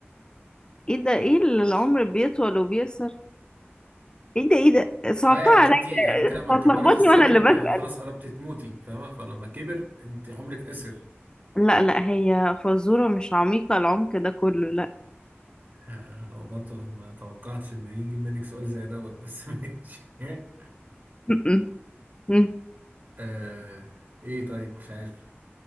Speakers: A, on the left; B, on the right.
A: ايه ده ايه اللي العمر بيطول وبيقصر ايه ده ايه ده صعبتها
B: اه يعني
A: عليا
B: انت يعني انت لما
A: أنت هتلخبطني
B: بتكبري في السن
A: وانا اللي
B: بيبقى
A: بسأل
B: خلاص قربتي تموتي فاهمه فلما كبر انت عمرك قصر
A: لا لا هي فزورة مش عميقة العمق ده كله لا
B: آه، انا برضه ما توقعتش ان يجي منك سؤال زي دوت بس <laughs> ماشي
A: م-م. م.
B: آه ايه طيب مش عارف